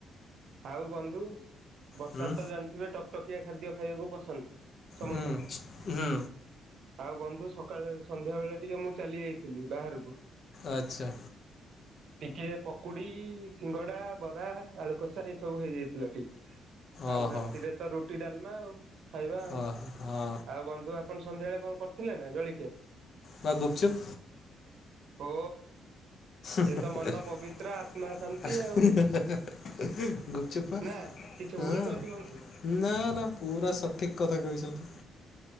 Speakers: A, on the right; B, on the left.
A: ଆଉ ବନ୍ଧୁ ବର୍ଷା
B: ହୁଁ
A: ତ ଜାଣିଥିବେ ଟକଟକିଆ ଖାଦ୍ୟ ଖାଇବାକୁ ପସନ୍ଦ। ସମନ୍ତଙ୍କୁ
B: ହୁଁ ହୁଁ
A: ଆଉ ବନ୍ଧୁ ସକାଳେ ସନ୍ଧ୍ୟାବେଳେ ଟିକେ ମୁଁ ଚାଲିଯାଇଥିଲି ବାହାରକୁ।
B: ଆଚ୍ଛା।
A: ଟିକିଏ ପକୁଡି ସିଙ୍ଗଡା ବରା ଆଳୁ କଷା ଏଇସବୁ ହେଇଯାଇଥିଲା ଟି
B: ଓହୋ
A: ଆଉ ରାତିରେ ତ ରୁଟି ଡାଲମା ଆଉ। ଖାଇବା ଆଉ
B: ଓ ହଁ।
A: ଆଉ ବନ୍ଧୁ ଆପଣ ସନ୍ଧ୍ୟାବେଳେ କଣ କରିଥିଲେ ନା ଜଳିକିଆ?
B: ବା ଗୁପଚୁପ୍।
A: ଓ ସିଏ
B: <inaudible>
A: ତ ମନ ପବିତ୍ର ଆତ୍ମା ଶାନ୍ତି ଆଉ
B: ଗୁପଚପ୍ ପା
A: ନା କିଛି ଭୁଲ
B: ଉଁ।
A: କହିଲି ବନ୍ଧୁ
B: ନା ନା ପୁରା ସଠିକ୍ କଥା କହିଚନ୍ତି।